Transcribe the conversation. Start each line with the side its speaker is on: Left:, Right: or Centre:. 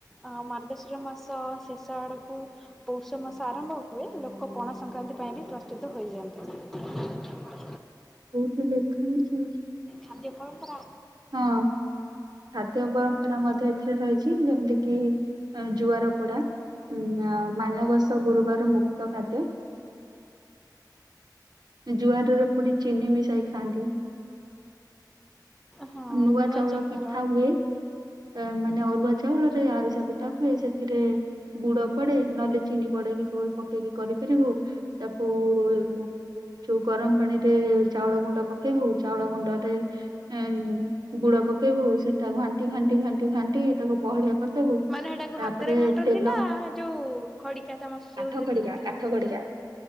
Centre: ଆ ମାର୍ଗଶିର ମାସ ଶେଷ ଆଡ଼କୁ ପୌଷ ମାସ ଆରମ୍ଭ ହୁଏ ଲୋକ ପଣା ସଂକ୍ରାନ୍ତି ପାଇଁ ବି ପ୍ରସ୍ତୁତ ହୋଇଯାଆନ୍ତି।
Right: କୋଉଠି ଲେଖା ହେଇଛ?
Centre: ଖାଦ୍ୟ ପର ମ୍ପରା।
Right: ହଁ। ଖାଦ୍ୟ ପରମ୍ପରା ମଧ୍ୟ ଏଥିରେ ରହିଛି ଯେମିତି କିି ଜୁଆର ପୋଡା ଉଁ ଆଉ ମାନବାସ ଗୁରୁବାର ମୁଖ୍ୟ ଖାଦ୍ୟ। ଜୁଆରରେ ପୁଡି ଚିନି ମିଶାଇ ଖାଆନ୍ତି।
Centre: ହଁ
Right: ନୂଆଁ
Centre: ନୂଆ
Right: ଚାଉଳ
Centre: ଚାଉଳର
Right: ପିଠା ହୁଏ। ଏ ମାନେ ଅରୁଆ ଚାଉଳରେ ଆରିସା ପିଠା ହୁଏ ସେଥିରେ ଗୁଡ ପଡେ ନହେଲେ ଚିନି ପଡେଇକି କ ପକେଇକି କରିପାରିବୁ। ତାକୁ ଯୋଉ ଚୁ ଗରମ ପାଣିରେ ଚାଉଳ ଗୁଣ୍ଡ ପକେଇବୁ। ଚାଉଳ ଗୁଣ୍ଡରେ ଉ ଗୁଡ ପକେଇବୁ ସେଟା ଘାଣ୍ଟି ଘାଣ୍ଟି ଘାଣ୍ଟି ଘାଣ୍ଟି ତାକୁ ବହଳିଆ କଦବୁ
Centre: ମାନେ ହେଟାକୁ
Right: ତାପରେ
Centre: ହାତରେ ଘାଣ୍ଟନ୍ତି
Right: ତେଲ
Centre: ନା ଯୋଉ ଖଡିକା ଚାମଚ ଯୋଉଥିରେ
Right: କାଠ ଖଡିକା
Centre: ବି ଘାଣ୍ଟନ୍ତି।
Right: କାଠ ଖଡିକା